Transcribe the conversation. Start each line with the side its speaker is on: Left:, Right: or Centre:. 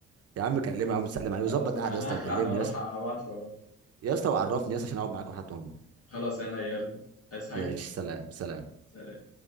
Right: يا عم كلمه يا عم سلم عليه وظبط
Left: خلاص انا
Right: قعده
Left: انا
Right: يا اسطى
Left: هخلع
Right: وكلمني
Left: انا هروح
Right: يا اسطى
Left: ابعت له والله.
Right: يا اسطى وعرفني يا اسطى عشان اقعد معاك وحياة امك
Left: خلاص انا يلا عايز حاجة
Right: ماشي سلام سلام
Left: سلام